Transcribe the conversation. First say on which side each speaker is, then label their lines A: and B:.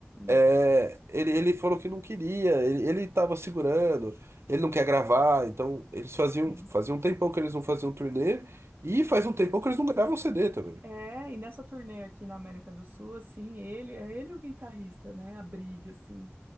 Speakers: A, on the right; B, on the right.
A: É,
B: o-
A: ele, ele falou que não queria, ele, ele tava segurando, ele não quer gravar, então eles faziam,
B: Sim.
A: fazia um tempão que eles não faziam turnê e faz um tempão que eles não gravam CD também.
B: é, e nessa turnê aqui na América do Sul, assim, ele é ele e o guitarrista, né? A briga, assim.